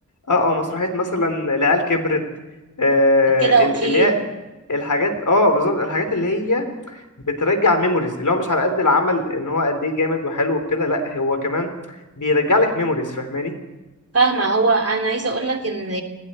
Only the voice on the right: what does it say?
كده اوكي
فاهمة هو انا عايزة اقول لك ان